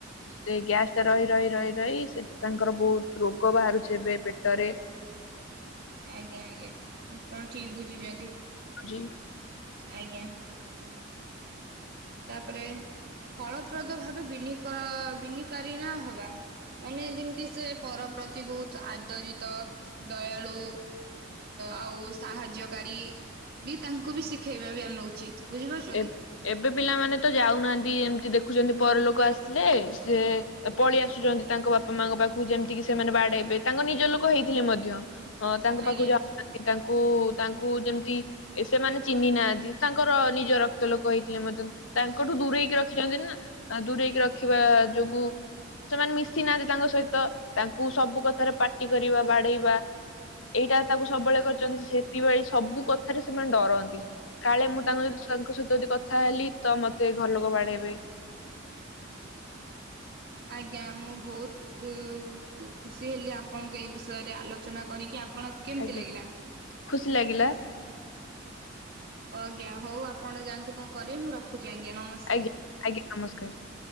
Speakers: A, on the left (about 80°); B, on the right (about 55°).
A: ସେ ଗ୍ୟାସ ଟା ରହି ରହି ରହି ରହି ସେ ତାଙ୍କର ବହୁତ ରୋଗ ବାହାରୁଛି ଏବେ ପେଟରେ।
B: ଆଜ୍ଞା ଆଜ୍ଞା କଣ ଠିକ ବୁଝିଛନ୍ତି
A: ଯେ
B: ଆଜ୍ଞା ତାପରେ ଫଳପ୍ରଦ ଭାବେ ବିନ ବିନିକାରୀଣ ହବା ମାନେ ଯେମିତି ସେ ପର ପ୍ରତି ବହୁତ ଆଦରିତ ଦୟାଳୁ ଆଉ ସାହାଯ୍ୟକାରୀ ବି ତାଙ୍କୁ ବି ଶିଖେଇବା ବି ଆମେ ଉଚିତ ବୁଝିପାରୁଛନ୍ତି
A: ଏ ଏବେ ପିଲାମାନେ ତ ଯାଉନାହାନ୍ତି ଏମିତି ଦେଖୁଛନ୍ତି ପରଲୋକ ଆସିଲେ ସେି ପଳେଇ ଆସୁଛନ୍ତି ତାଙ୍କ ବାପା ମାଙ୍କ ପାଖକୁ ଯେମିତିକି ସେମାନେ ବାଡ ହେଇବେ ତାଙ୍କ ନିଜ ଲୋକ ହେଇଥିଲେ ମଧ୍ୟ ଅ ତାଙ୍କ
B: ଆଜ୍ଞା
A: ପାଖକୁ ଯାଉନାହାନ୍ତି ତାଙ୍କୁ ତାଙ୍କୁ ଯେମିତି ସେମାନେ ଚିହ୍ନି ନାହାନ୍ତି ତାଙ୍କର ନିଜ ରକ୍ତ ଲୋକ ହେଇଥିଲେ ମଧ୍ୟ ତାଙ୍କଠୁ ଦୂରେଇକି ରଖିଛନ୍ତି ନା ଦୂରେଇକି ରଖିବା ଯୋଗୁ ସେମାନେ ମିଶି ନାହାନ୍ତି ତାଙ୍କ ସହିତ ତାଙ୍କୁ ସବୁ କଥାରେ ପାାର୍ଟି କରିବା ବାଡେଇବା ଏଇଟା ତାକୁ ସବୁବେଳେ କରିଛନ୍ତି ସେଥିପାଇ ସବୁ କଥାରେ ସେମାନେ ଡରନ୍ତି କାଳେ ମୁଁ ତାଙ୍କ ଯଦି ତାଙ୍କ ସହିତ ଯଦି କଥା ହେଲି ତ ମତେ ଘରଲୋକ ବାଡେଇବେ
B: ଆଜ୍ଞା ମୁଁ ବହୁତ ଖୁସି ହେଲି ଆପଣଙ୍କୁ ଏଇ ବିଷୟରେ ଆଲୋଚନା କରିକି ଆପଣ କେମିତି
A: ଆଜ୍ଞା
B: ଲାଗିଲା?
A: ଖୁସି ଲାଗିଲା
B: ଆଜ୍ଞା ହଉ ଆପଣ ଯାଆନ୍ତୁ କଣ କରିବେ ମୁଁ ରଖଛି ଆଜ୍ଞା ନମସ୍କାର
A: ଆଜ୍ଞା ଆଜ୍ଞା ନମସ୍କାର